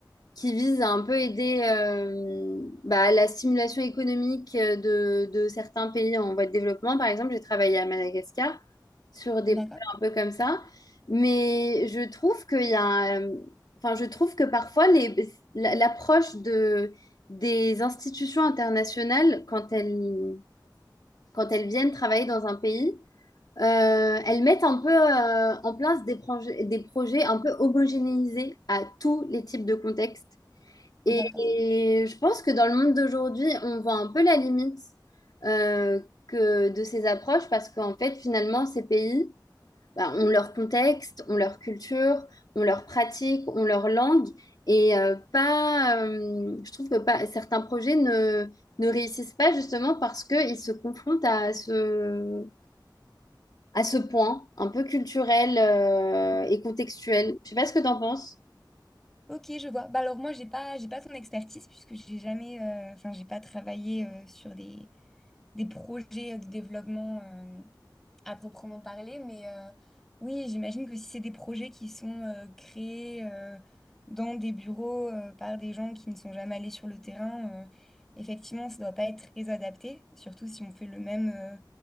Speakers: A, on the left; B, in the centre.
A: qui visent à un peu aider euh, bah, la stimulation économique euh, de, de certains pays en voie de développement. Par exemple, j'ai travaillé à Madagascar sur des
B: D'accord,
A: projets un peu comme ça. Mais je trouve qu'il y a, euh, enfin, je trouve que parfois les, la- l'approche des institutions internationales, quand elles, quand elles viennent travailler dans un pays, euh, elles mettent un peu euh, en place des, proj- des projets un peu homogénéisés à tous les types de contextes. Et,
B: d'accord.
A: je pense que dans le monde d'aujourd'hui, on voit un peu la limite euh, que de ces approches parce qu'en fait, finalement, ces pays, bah, ont leur contexte, ont leur culture, ont leur pratique, ont leur langue. Et euh, pas, euh, je trouve que pas, certains projets ne, ne réussissent pas justement parce qu'ils se confrontent à ce, à ce point un peu culturel euh, et contextuel. Je sais pas ce que tu en penses.
B: Ok, je vois. Bah alors moi, j'ai pas, j'ai pas ton expertise puisque j'ai jamais, euh, enfin, j'ai pas travaillé euh, sur des, des projets de développement. euh, à proprement parler, mais euh, oui, j'imagine que si c'est des projets qui sont euh, créés euh, dans des bureaux euh, par des gens qui ne sont jamais allés sur le terrain, euh, effectivement, ça ne doit pas être très adapté, surtout si on fait le même, euh,